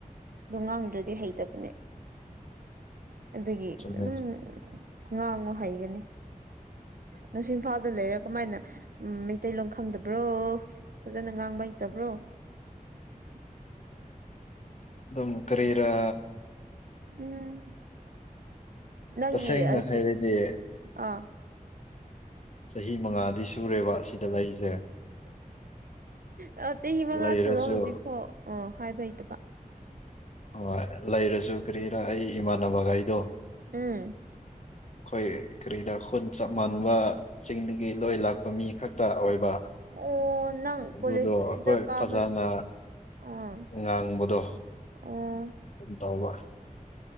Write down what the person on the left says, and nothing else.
ꯆꯨꯝꯃꯦ
<inaudible>
<inaudible>
ꯑꯗꯨꯝ ꯀꯔꯤꯔ
ꯇꯁꯦꯡꯅ
ꯍꯥꯏꯔꯗꯤ
ꯆꯍꯤ ꯃꯉꯥꯗꯤ ꯁꯨꯔꯦꯕ ꯁꯤꯗ ꯂꯩꯁꯦ
ꯂꯩꯔꯁꯨ
ꯍꯣꯏ ꯂꯩꯔꯁꯨ ꯀꯔꯤꯔꯥ ꯑꯩ ꯏꯃꯥꯟꯅꯕꯈꯩꯗꯣ
ꯀꯣꯏ ꯀꯔꯤꯅꯥ ꯈꯣꯟꯟ ꯆ ꯃꯥꯅꯋꯥ ꯆꯤꯡꯗꯒꯤ ꯂꯣꯏ ꯂꯥꯛꯄ ꯃꯤ ꯈꯛꯇ ꯑꯣꯏꯕ
ꯑꯗꯨꯗꯣ
ꯑꯩꯈꯣꯏ
ꯐꯖꯅ
ꯉꯥꯡꯥꯡꯕꯗꯣ
ꯝ ꯇꯥꯎꯕ